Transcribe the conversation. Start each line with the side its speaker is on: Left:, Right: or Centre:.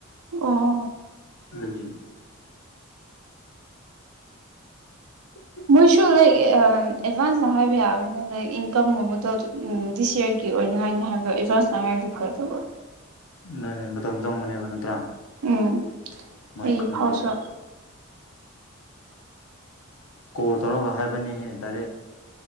Right: ꯑ
Left: ꯂꯩ ꯑ
Right: ꯃꯣꯏꯁꯨ ꯂꯥꯏꯛ ꯑꯦꯗꯚꯥꯟꯁꯅ ꯍꯥꯏꯕ ꯌꯥꯕꯅꯤꯅ ꯂꯥꯏꯛ ꯏꯟꯀꯝꯒꯨꯝꯕꯗꯣ ꯎ ꯗꯤꯁ ꯌꯔꯒꯤ ꯀ ꯑꯣꯏ ꯑꯣꯏꯅꯉꯥꯏꯅꯤ ꯍꯥꯏꯕ ꯏꯖꯖꯅ ꯍꯥꯏꯔꯔꯤꯗꯤ ꯐꯔ ꯇꯕ
Left: ꯅꯅꯦ ꯃꯇꯝ ꯆꯪꯕꯅꯦꯕ ꯅꯠꯇ꯭ꯔꯥ
Right: ꯎꯝ
Left: ꯃꯣꯏ
Right: ꯑꯩ
Left: ꯈꯪꯗꯦꯕ
Right: ꯐꯥꯎꯁꯨ
Left: ꯀꯣꯜ ꯇꯧꯔꯒ ꯍꯥꯏꯕꯅꯤꯍꯦ ꯗꯥꯏꯔꯦꯛ